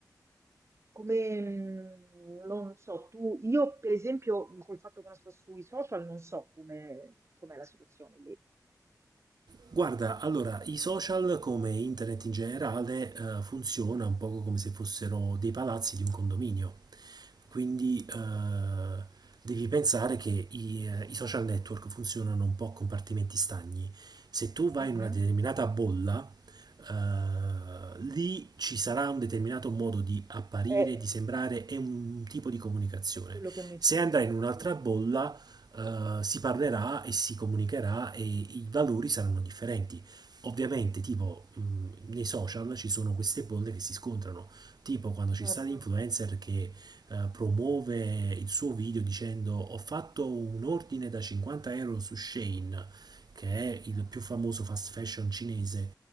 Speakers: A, on the right (about 40°); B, on the right (about 70°).
A: come, mh, non so, tu, io per esempio, mh, col fatto che non sto sui social, non so come, com'è la situazione lì.
B: Guarda, allora, i social come internet in generale eh, funziona un poco come se fossero dei palazzi di un condominio. Quindi eh, devi pensare che i, eh, i social network funzionano un po' a compartimenti stagni. Se tu vai
A: Mhm.
B: in una determinata bolla, eh, lì ci sarà un determinato modo di apparire,
A: È,
B: di sembrare e un tipo di comunicazione.
A: è quello che mi,
B: Se andrai
A: eh, infatti
B: in un'altra
A: è quello che
B: bolla,
A: mi pensavo.
B: eh, si parlerà e si comunicherà e i valori saranno differenti. Ovviamente, tipo, mh, nei social ci sono queste bolle che si scontrano tipo quando ci
A: Certo.
B: sta l'influencer che eh, promuove il suo video dicendo ho fatto un ordine da 50 euro su Shane, che è il più famoso fast fashion cinese,